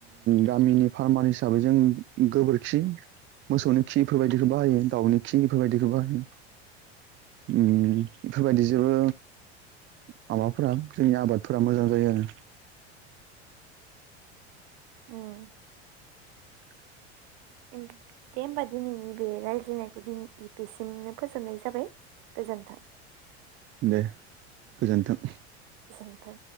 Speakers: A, on the right; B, on the right.
A: गामिनि फार्मार हिसाबै जों गोबोरखि मोसौनि खि बेफोरबायदिखौ बाहायो दाउनि खि बेफोरबायदिखौ बाहायो उम बेफोरबायदि जेबो माबाफोरा जोंनि आबादफोरा मोजां जायो आरो
B: उम
A: <unintelligible>
B: इम दे होमबा दिनैनि बे रायज्लायनायखौ दिनै बेसिमनो फोजोबनाय जाबाय। गोजोन्थों।
A: दे गोजोनथों।
B: गोजोनथो।